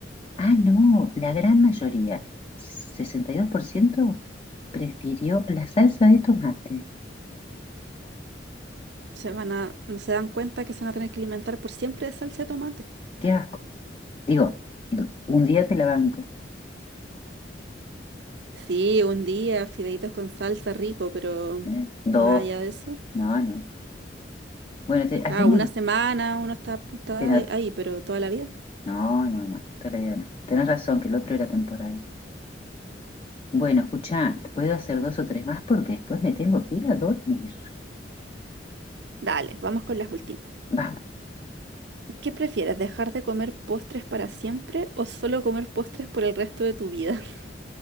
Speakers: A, on the left (about 30°); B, on the right (about 65°).
A: Ah, no, la gran mayoría, 62% prefirió la salsa de tomate.
B: Se van a, no se dan cuenta que se van a tener que alimentar por siempre de salsa de tomate.
A: Qué asco. Digo, d- un día te la banco,
B: Sí, un día, fideitos con salsa rico, pero
A: ¿eh? Dos,
B: más allá de eso.
A: no, no. Bueno, te- hacemos...
B: Claro, una semana uno está, está
A: te no,
B: ahí, pero toda la vida.
A: no, no, no, todavía no. Tenés razón, que el otro era temporal. Bueno, escuchá, puedo hacer dos o tres más porque después me tengo que ir a dormir.
B: Dale, vamos con las últimas.
A: Vamos.
B: ¿Qué prefieres, dejar de comer postres para siempre o solo comer postres por el resto de tu vida? <laughs>